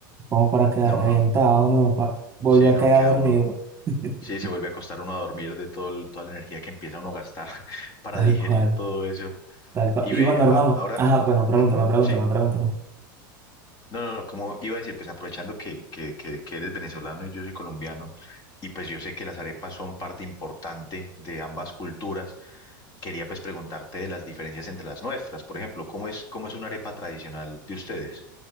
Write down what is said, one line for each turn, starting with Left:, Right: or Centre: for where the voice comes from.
Right: como para quedar
Left: No,
Right: reventado,
Left: no,
Right: ¿no? Pa- volvió
Left: sí,
Right: a
Left: no,
Right: quedar
Left: queda
Right: dormido.
Left: uno.
Right: <laughs>
Left: Sí, se vuelve a acostar uno a dormir de todo el- toda la energía que empieza uno a gastar <laughs> para
Right: Tal
Left: digerir
Right: cual,
Left: todo eso.
Right: tal cual.
Left: Y
Right: Y
Left: ve,
Right: bueno, hermano,
Left: a- ahora,
Right: ajá, bueno, pregúntame,
Left: ujú,
Right: pregúntame,
Left: sí.
Right: pregúntame.
Left: No, no, no, como iba a decir, pues aprovechando que, que, que, que eres venezolano y yo soy colombiano, y pues yo sé que las arepas son parte importante de ambas culturas, quería pues preguntarte de las diferencias entre las nuestras. Por ejemplo, ¿cómo es, cómo es una arepa tradicional de ustedes?